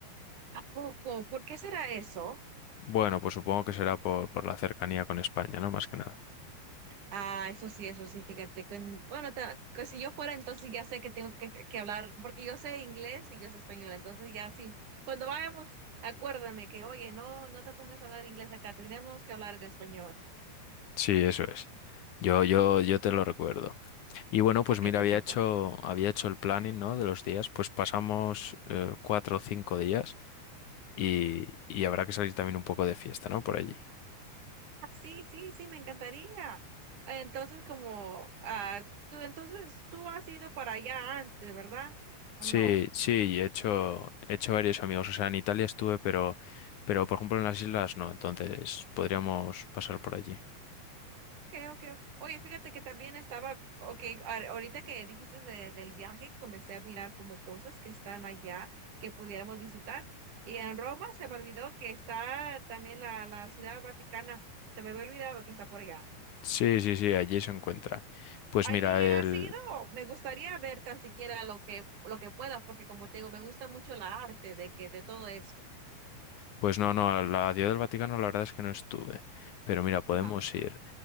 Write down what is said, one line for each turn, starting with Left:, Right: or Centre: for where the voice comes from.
Right: ¿a poco? ¿Por qué será eso?
Left: Bueno, pues supongo que será por, por la cercanía con España, ¿no? Más que nada.
Right: Ah, eso sí, eso sí, fíjate. con- Bueno, ta- que si yo fuera, entonces ya sé que tengo que, que hablar, porque yo sé inglés y yo sé español, entonces ya sí, cuando vayamos, acuérdame que, oye, no, no te pongas a hablar inglés acá, tenemos que hablar en español.
Left: Sí, eso es. Yo, yo, yo te lo recuerdo. Y bueno, pues
Right: Ok,
Left: mira,
Right: perfecto.
Left: había hecho, había hecho el planning, ¿no? De los días. Pues pasamos eh, cuatro o cinco días. y, y habrá que salir también un poco de fiesta, ¿no? Por allí.
Right: Ah, Sí, sí, sí, me encantaría. Entonces, como, ah, tú, entonces tú has ido para allá antes, ¿verdad? ¿O
Left: Sí,
Right: no?
Left: sí, he hecho, he hecho varios amigos. O sea, en Italia estuve, pero, pero por ejemplo en las islas no. Entonces podríamos pasar por allí.
Right: Okay, okay. Oye, fíjate que también estaba, okay, a- ahorita que dijiste de- del viaje, comencé a mirar como cosas que están allá que pudiéramos visitar. Y en Roma se me olvidó que está también la, la Ciudad Vaticana. Se me había olvidado que está por allá.
Left: Sí, sí, sí, allí se encuentra. Pues
Right: Ahí
Left: mira, el,
Right: ha sido, me gustaría ver tan siquiera lo que, lo que pueda, porque como te digo, me gusta mucho la arte de que, de todo eso.
Left: pues no, no, a la Ciudad del Vaticano la verdad es que no estuve. Pero mira, podemos
Right: Ajá.
Left: ir.